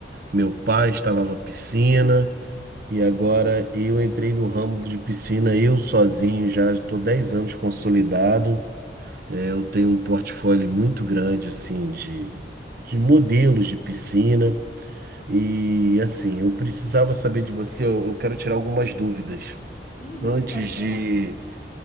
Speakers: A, on the right (about 50°); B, on the left (about 30°).
A: meu pai instalava piscina. E agora eu entrei no ramo de piscina, eu sozinho, já estou 10 anos consolidado. É, eu tenho um portfólio muito grande, assim, de,
B: Hum.
A: de modelos de piscina. E, assim, eu precisava saber de você, eu, eu quero tirar algumas dúvidas.
B: Uhum,
A: Antes
B: pode
A: de,
B: falar.